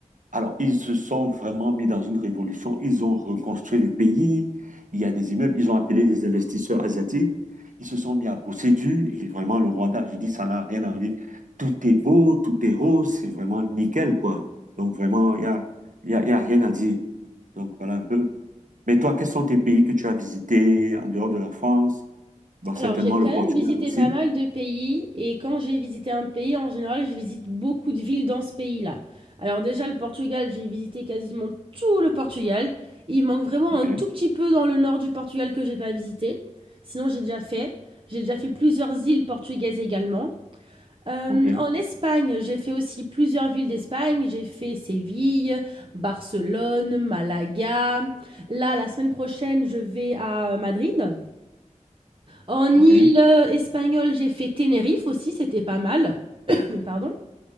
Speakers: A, on the right; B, on the right.
A: Alors, ils se sont vraiment mis dans une révolution. Ils ont reconstruit le pays. Il y a des immeubles. Ils ont appelé des investisseurs asiatiques. Ils se sont mis à bosser dur. Et vraiment, le Rwanda, je dis, ça n'a rien à voir. Tout est beau, tout est rose. C'est vraiment nickel, quoi. Donc, vraiment, il y a, il y a, il y a rien à dire. Donc, voilà un peu. Mais toi, quels sont tes pays que tu as visités en dehors de la France? Bon,
B: Alors,
A: certainement
B: j'ai quand
A: le
B: même
A: Portugal
B: visité
A: aussi.
B: pas mal de pays et quand j'ai visité un pays, en général, je visite beaucoup de villes dans ce pays-là. Alors déjà, le Portugal, j'ai visité quasiment tout le Portugal. Il manque vraiment
A: OK,
B: un tout petit peu dans le nord du Portugal que j'ai pas visité. Sinon, j'ai déjà fait. J'ai déjà fait plusieurs îles portugaises également. Euh,
A: OK,
B: en Espagne, j'ai fait aussi plusieurs villes d'Espagne. J'ai fait Séville, Barcelone, Malaga. Là, la semaine prochaine, je vais à Madrid. En
A: OK,
B: île euh, espagnole, j'ai fait Tenerife aussi, c'était pas mal. <coughs> <laughs> Pardon.